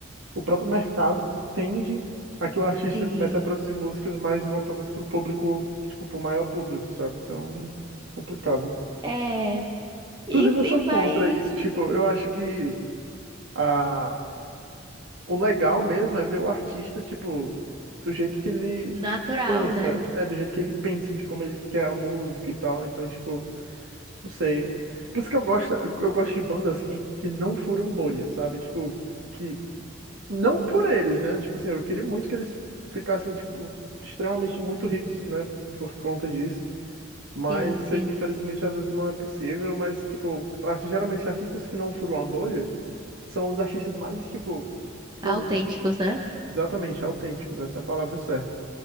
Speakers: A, on the right; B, on the right.
A: o próprio mercado tende a que o artista
B: sim,
A: comece a produzir músicas mais voltadas para o público, tipo, para o maior público, sabe? Então é complicado.
B: é, e,
A: Inclusive, eu
B: e
A: sou contra
B: vai
A: isso. Tipo, eu acho que a... o legal mesmo é ver o artista, tipo, do jeito que ele
B: natural,
A: pensa,
B: né?
A: é do jeito que ele pensa, de como ele quer a música e tal. Então, tipo, não sei. Por isso que eu gosto, eu gosto de bandas que, que não furam bolha, sabe? Tipo, que Não por eles, né? Tipo assim, eu queria muito que eles ficassem, tipo, extremamente muito ricos, né? Por conta disso. Mas
B: Sim,
A: eu
B: sim.
A: sei que infelizmente às vezes não é possível, mas, tipo, arte- geralmente artistas que não furam a bolha são os artistas mais, tipo, únicos.
B: Autênticos, né?
A: Exatamente, autênticos, essa é a palavra certa.